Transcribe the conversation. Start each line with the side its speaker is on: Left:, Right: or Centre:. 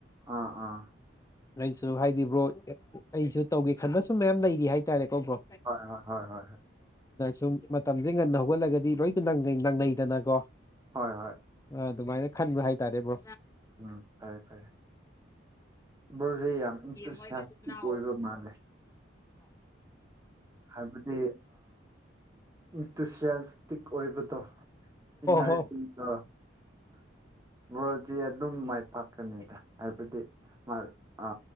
Right: ꯑꯥ ꯑꯥ
Left: ꯑꯩꯁꯨ ꯍꯥꯏꯗꯤꯕ꯭ꯔꯣ ꯑꯩꯁꯨ ꯇꯧꯒꯦ ꯈꯟꯕꯁꯨ ꯃꯌꯥꯝ ꯂꯩꯔꯤ ꯍꯥꯏꯇꯥꯔꯦ ꯀ꯭ꯔꯣ
Right: ꯍꯣꯏ ꯍꯣꯏ ꯍꯣꯏ ꯍꯣꯏ ꯍꯣꯏ
Left: ꯁꯨꯝ ꯃꯇꯝꯁꯦ ꯉꯟꯅ ꯍꯧꯒꯠꯂꯒꯗꯤ ꯂꯣꯏꯅ ꯅꯪꯅꯩꯗꯅꯀꯣ
Right: ꯍꯣꯏ ꯍꯣꯏ ꯍꯣꯏ
Left: ꯑ ꯑꯗꯨꯃꯥꯏꯅ ꯈꯟꯕ ꯍꯥꯏꯇꯥꯔꯦꯕꯣ
Right: ꯎꯝ ꯐꯔꯦ ꯐꯔꯦ ꯕ꯭ꯔꯣꯁꯦ ꯌꯥꯝ ꯏꯟꯇꯨꯁꯤꯌꯥꯁꯇꯤꯛ
Left: ꯃꯣꯏ ꯃꯆꯤꯟꯅꯥꯎ
Right: ꯑꯣꯏꯕ ꯃꯥꯜꯂꯦ ꯍꯥꯏꯕꯗꯤ ꯏꯟꯇꯨꯁꯤꯌꯥꯁꯇꯤꯛ ꯑꯣꯏꯕꯗꯣ ꯏꯟꯅꯔꯀ
Left: ꯍꯣ
Right: ꯣꯗꯤ ꯑꯗꯨꯝ ꯃꯥꯏ ꯄꯥꯛꯀꯅꯤꯗ ꯍꯥꯏꯕꯗꯤ ꯃꯥ ꯑ